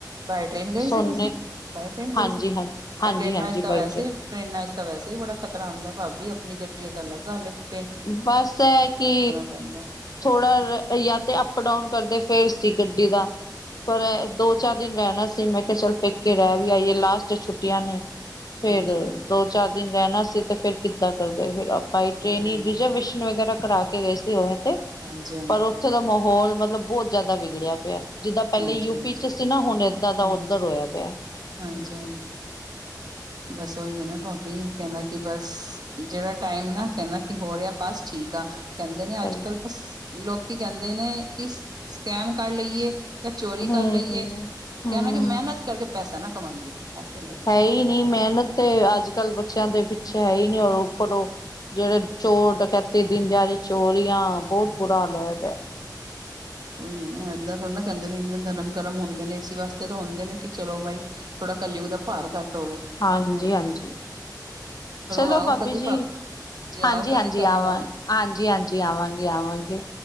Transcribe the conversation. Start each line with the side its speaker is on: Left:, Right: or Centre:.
Right: ਬਾਏ ਟ੍ਰੇਨ ਗਏਈ
Left: ਸੋਨੇ
Right: ਸੀ ਤੁਸੀਂ, ਬਾਏ ਟ੍ਰਰੇਨ ਗਏ
Left: ਹਾਂਜੀ
Right: ਸੀ।
Left: ਹਾਂ ਹਾਂਜੀ
Right: ਰ ਟ੍ਰੇਨਾਂ
Left: ਹਾਂਜੀ
Right: ਵਿੱਚ ਤਾਂ
Left: ਬੈਠੇ
Right: ਵੈਸੇ ਟ੍ਰਰੇਨਾਂ ਚ ਤਾਂ ਵੈਸੇ ਵੀ ਬੜਾ ਖਤਰਾ ਹੁੰਦਾ ਭਾਬੀ। ਆਪਣੀ ਗੱਡੀ ਉਹ ਤਾਂ ਅਲੱਗ ਏ।
Left: ਬਸ ਐ ਕੀ
Right: ਪੈਂਦਾ
Left: ਥੋੜਾ ਜਾਂ ਤੇ ਅਪ ਡਾਊਨ ਕਰਦੇ ਫਿਰ ਸੀ ਗੱਡੀ
Right: ਹਮ
Left: ਦਾ। ਪਰ ਦੋ-ਚਾਰ ਦਿਨ ਰਹਿਣਾ ਸੀ। ਮੈਂ ਕਿਹਾ ਚੱਲ ਪੇਕੇ ਰਹਿ ਵੀ ਆਈਏ। ਲਾਸਟ ਛੁੱਟੀਆਂ ਨੇ ਫੇਰ
Right: ਹਾਂਜੀ ਹਾਂਜੀ
Left: ਦੋ-ਚਾਰ ਦਿਨ ਰਹਿਣਾ ਸੀ। ਤੇ ਫਿਰ ਕਿੱਦਾਂ ਕਰਦੇ, ਫਿਰ ਆਪਾਂ ਹੀ ਟ੍ਰੇਨ
Right: ਹਾਂਜੀ
Left: ਹੀ ਵਿਸ਼ਨ, ਵਗੈਰਾ ਕਰਾ ਕੇ ਗਏ ਸੀ ਉਵੇਂ ਤੇ,
Right: ਹਾਂਜੀ ਹਾਂਜੀ
Left: ਪਰ ਉੱਥੇ ਦਾ ਮਾਹੌਲ ਮਤਲਬ ਬਹੁਤ ਜ਼ਿਆਦਾ ਵਿਗੜਿਆ ਪਿਆ। ਜਿੱਦਾਂ ਪੈਲੇ
Right: ਹਾਂਜੀ
Left: ਯੂਪੀ
Right: ਹਾਂਜੀ
Left: ਚ ਸੀ ਨਾ, ਹੁਣ ਏਦਾਂ ਦਾ
Right: ਹਾਂਜੀ
Left: ਓਧਰ ਹੋਇਆ
Right: ਹਾਂਜੀ
Left: ਪਿਆ ਹੂੰ।
Right: ਹਾਂਜੀ ਬਸ ਉਹੀ ਐ ਨਾ ਭਾਬੀ ਕਹਿੰਦਾ ਕਿ ਬਸ ਜੇੜਾ ਟਾਈਮ ਨਾ ਕਹਿੰਦਾ ਕਿ ਹੋ ਰਿਆ ਬਸ ਠੀਕ ਆ। ਕਹਿੰਦੇ
Left: ਹਮ
Right: ਨੇ ਅੱਜ-ਕੱਲ ਬਸ ਲੋਕੀ ਕਹਿੰਦੇ ਨੇ ਕਿ ਸਕੈਮ ਕਰ ਲਈਏ। ਜਾਂ ਚੋਰੀ
Left: ਹਮ
Right: ਕਰ ਲਈਏ। ਕਹਿਣਾ
Left: ਹਮ
Right: ਕਿ ਮਿਹਨਤ ਕਰਕੇ ਪੈਸਾ ਨਾ ਕਮਾਈਏ। ਆ ਕੀ ਲੱਗਿਆ।
Left: ਹੈ ਹੀ ਨਹੀਂ ਮਿਹਨਤ ਤੇ ਅੱਜ ਕੱਲ੍ਹ ਬੱਚਿਆਂ ਦੇ ਪਿੱਛੇ ਹੈ ਹੀ ਨੀ। ਉੱਪਰੋ ਜਿਹੜੇ ਚੋਰ, ਡਕੈਤੇ ਦਿਨ ਦਿਹਾੜੇ ਚੋਰੀਆ ਬਹੁਤ ਬੁਰਾ ਹਾਲ ਹੋਇਆ ਪਿਆ।
Right: ਉਹੀ ਨਾ। ਏਦਾਂ ਥੋੜਾ ਨਾ ਕਹਿੰਦੇ ਨੇ ਧਰਮ ਕਰਮ ਹੁੰਦੇ ਨੇ ਇਸ ਵਾਸਤੇ ਤਾਂ ਹੁੰਦੇ ਨੇ ਕਿ ਚਲੋ ਬਾਈ ਥੋੜਾ ਕੱਲੀ ਉਹਦਾ ਭਾਰ ਘੱਟ ਹੋਵੇ
Left: ਹਾਂਜੀ
Right: ਓਕੇ
Left: ਹਾਂਜੀ। ਚਲੋ
Right: ਆਓ
Left: ਭਾਬੀ
Right: ਕਦੇ
Left: ਜੀ ਹਾਂਜੀ
Right: ਆਓ ਕਦੇ
Left: ਹਾਂਜੀ।
Right: ਘਰੇ
Left: ਆਵਾਂ,
Right: ਆਓ
Left: ਹਾਂਜੀ ਹਾਂਜੀ, ਆਵਾਂਗੇ ਆਵਾਂਗੇ